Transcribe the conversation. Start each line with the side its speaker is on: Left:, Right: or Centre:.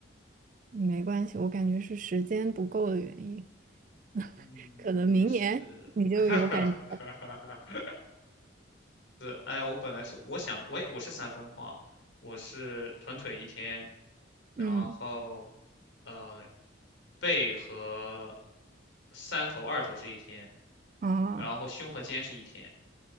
Right: 没关系，我感觉是时间不够的原因，<laughs>
Left: 嗯，
Right: 可能明年你就有感觉
Left: 也是。<laughs> 是，哎呀，我本来说我想的，我也我是三分化，我是臀腿一天，然后
Right: 嗯，
Left: 呃背和三头二头是一天，
Right: 哦
Left: 然后胸和肩是一天，